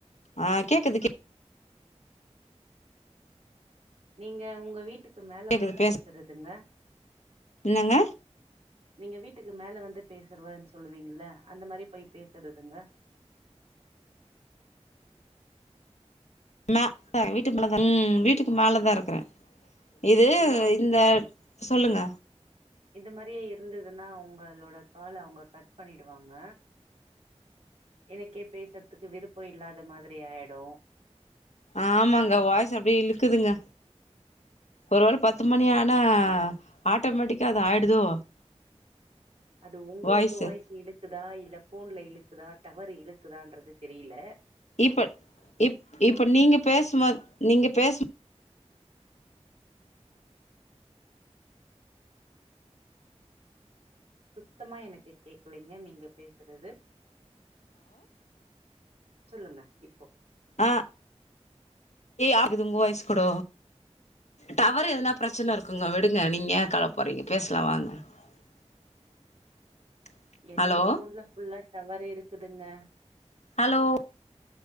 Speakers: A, on the left; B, on the right.
A: அஹ் கேக்குது கேக்
B: நீங்க உங்க வீட்டுக்கு மேல
A: கேக்குது
B: வந்து
A: பேசு
B: பேசுறதுங்க
A: என்னங்க
B: நீங்க வீட்டுக்கு மேல வந்து பேசுறவன்னு சொல்லுவீங்கள அந்த மாதிரி போய் பேசுறதுங்க
A: நா வீட்டு மேல்தா ம் ம் வீட்டுக்கு மேல தா இருக்குற இது
B: ஏன்னா
A: இந்த சொல்லுங்க
B: இது மாதிரியே இருந்ததுன்னா உங்களோட கால்ல அவங்க கட் பண்ணிடுவாங்க எனக்கே பேசறதுக்கு விருப்ப இல்லாத மாதிரி ஆயிடு
A: ஆமாங்க வாய்ஸ் அப்டி இழுக்குதுங்க ஒருவேள பத்து மணி ஆகு ஆனா
B: ஆ
A: ஆட்டோமேட்டிக்கா அது ஆயிடுதோ
B: அது உங்களுக்கு
A: வாய்ஸு
B: வாய்ஸ் இழுக்குதா இல்ல போன்ல இழுக்குதா டவர் இழுக்குதான்றது தெரில
A: இப்ப இப்ப நீங்க பேசும் போது நீங்க பேசும்
B: சுத்தமா எனக்கு கேக்கலங்க நீங்க பேசுறது சொல்லுங்க இப்போ
A: அஹ் ஏய் ஆகுது உங்க வயசு கூட டவரு ஏதென்னா பிரச்சன இருக்குங்க விடுங்க நீங்க ஏய கவலைபடுறீங்க பேசலா வாங்க <inaudible>
B: என்னோட
A: ஹலோ
B: போன்ல ஃபுல்லா டவர்ரு இருக்குதுங்க
A: ஹலோ